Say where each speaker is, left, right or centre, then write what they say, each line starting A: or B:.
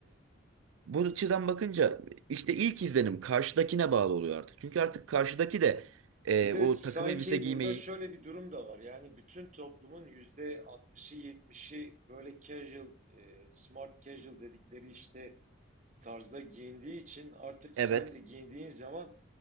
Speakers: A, on the right; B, on the right.
A: Bu açıdan bakınca işte ilk izlenim karşıdakine bağlı oluyor artık. Çünkü artık karşıdaki de e,
B: Bir de
A: o
B: sanki
A: takım elbise giymeyi
B: burada şöyle bir durum da var. Yani bütün toplumun yüzde 60'ı 70'i böyle casual, e, smart casual dedikleri işte tarzda giyindiği için artık
A: Evet.
B: sen de giyindiğin zaman